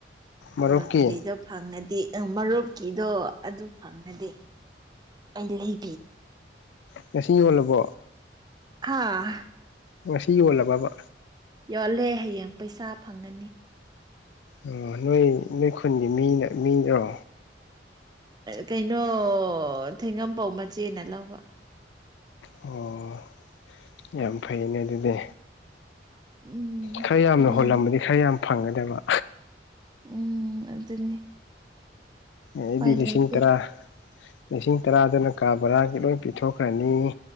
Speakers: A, on the left; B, on the right.
A: ꯃꯔꯨꯞꯀꯤ
B: ꯂꯣꯇ꯭ꯔꯤꯗꯣ ꯐꯪꯉꯗꯤ ꯑꯥ ꯃꯔꯨꯞꯀꯤꯗꯣ ꯑꯗꯨ ꯐꯪꯉꯗꯤ ꯑꯩ ꯂꯩ
A: ꯉꯁꯤ ꯌꯣꯜꯂꯕꯣ
B: ꯍꯥꯥ
A: ꯉꯁꯤ ꯌꯣꯜꯂꯕꯕ
B: ꯌꯣꯜꯂꯦ ꯍꯌꯦꯡ ꯄꯩꯁꯥ ꯐꯪꯉꯅꯤ
A: ꯑꯣ ꯅꯣꯏ ꯅꯣꯏ ꯈꯨꯟꯒꯤ ꯃꯤꯅ ꯃꯤꯔꯣ
B: ꯀꯩꯅꯣ ꯊꯦꯡꯉꯝꯄꯧ ꯃꯆꯦꯅ ꯂꯧꯕ
A: ꯑꯣ ꯌꯥꯝ ꯐꯩꯅꯦ ꯑꯗꯨꯗꯤ
B: ꯎꯝ
A: ꯈꯔ ꯌꯥꯝꯅ
B: ꯃꯥꯅꯤ
A: ꯍꯨꯜꯂꯝꯕꯗꯤ ꯈꯔ ꯌꯥꯝ ꯐꯪꯒꯗꯕ
B: ꯎꯝ ꯑꯗꯨꯅꯤ
A: ꯑꯩꯗꯤ
B: ꯎꯄꯥꯏ
A: ꯂꯤꯁꯤꯡ
B: ꯂꯩꯇꯦ
A: ꯇꯔꯥ ꯂꯤꯁꯤꯡ ꯇꯔꯥꯗꯅ ꯀꯥ ꯕꯔꯥꯒꯤ ꯂꯣꯏ ꯄꯤꯊꯣꯛꯈ꯭ꯔꯅꯤ